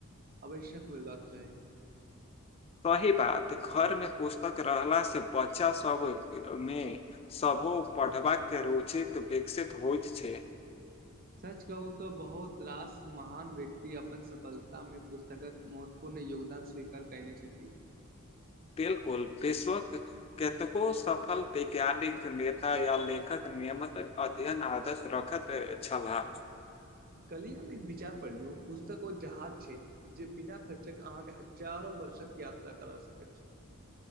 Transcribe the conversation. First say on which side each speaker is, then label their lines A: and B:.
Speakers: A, on the right (about 45°); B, on the left (about 30°).
A: आवश्यक होयबाक चाही।
B: सही बात घरमे पुस्तक रहला से बच्चा सबमे सबो पढ़बाक रुचित विकसित होएत छै।
A: सच कहू तऽ बहुत रास महान व्यक्ति अपन सफलता मे पुस्तकक महत्वपूर्ण योगदान स्वीकार कएने छथि।
B: बिल्कुल विश्वक कतेको सफल वैज्ञानिक, नेता या लेखक नियमक अध्ययन आदर्श रखत ए छलाह।
A: कल्हि हम एक विचार पढ़लु पुस्तक ओ जहाज छै जे बिना खर्चक अहाँके हजारो वर्षक यात्रा करा सकैत छै।